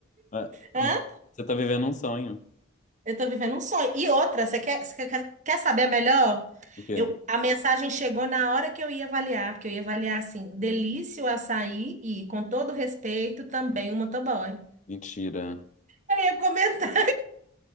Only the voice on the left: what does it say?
Ah,
Você tá vivendo um sonho.
O quê?
Mentira.